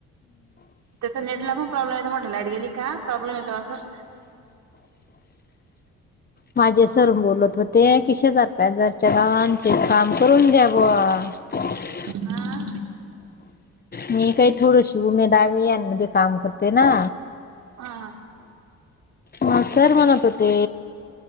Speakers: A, on the right; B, on the left.
A: ते तर नेटला पण प्रॉब्लेम येत म्हणटल लाईट गेली का प्रॉब्लेम येतो असं.
B: माझे सर बोलत होते <unintelligible> काम करून द्या ब. <inaudible>
A: हा.
B: मी काही थोडीशी उमे दावे यान मध्ये काम करते ना.
A: हा.
B: म सर म्हणत होते.